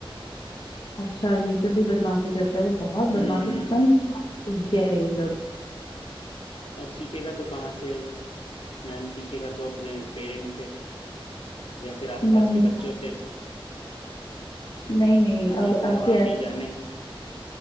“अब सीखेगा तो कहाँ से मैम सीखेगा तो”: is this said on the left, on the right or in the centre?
Left